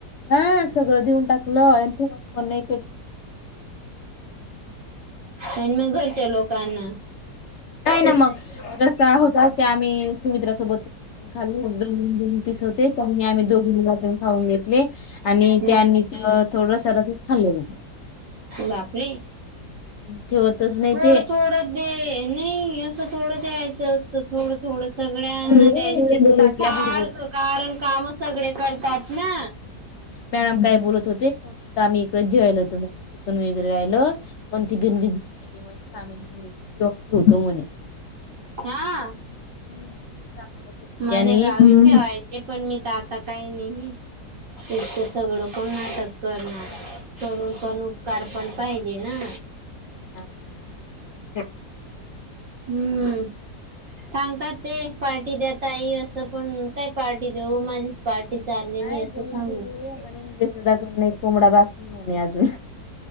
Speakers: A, on the left (about 75°); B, on the right (about 55°).
A: हा सगळं देऊन टाकलं आणि ते मग. पण नाही
B: आणि मग घरच्या लोकांना
A: नाही ना मग कसा होता त्या आम्ही सुमित्रासोबत खाल दोन पिस होते त्यांनी आम्ही दोघीनी लाटण खऊून घेतले आणि
B: हम्म
A: त्यानीच थोडं सरसच खाल्लेलं.
B: बाप रे
A: ठेवतच नाही
B: थोड
A: ते
B: थोड दे नाही असं थोडं दयचं असत थोडं थोड सगळ्यांना
A: ताटल्या
B: द्यायचं फार
A: भरपूर
B: कारण काम सगळे करतात ना
A: मॅडम काय बोलत होतेण आम्ही इकडेच जेवायला येतो म्हणून. चिकन वगैरे राहिलं कोणती बिन म्ह जे ठेवत म्हणे.
B: हा
A: हम्म सांगत होती
B: माझ्या
A: आणि
B: गावी
A: हम्म.
B: ठे व्हायचे पण मी आता काही नाही तकं सगळं कोण नाटक करणार
A: त्याने माझ्यासोबत
B: करून
A: एक
B: पण
A: मैत्रिणीला
B: उपकार पण
A: घेऊन
B: पाहिजे
A: आले
B: ना
A: हा, एक- एक- एक-
B: हम्म सांगतात ते पार्टी दया ताई असं पण काय पार्टी देऊ माझीच पार्टी चाललेली
A: नाहीय
B: असं
A: बोलून
B: सांगून
A: गेलीय म्हणे निलेशदाकडन एक कोंबडा बाकली म्हणे अजून.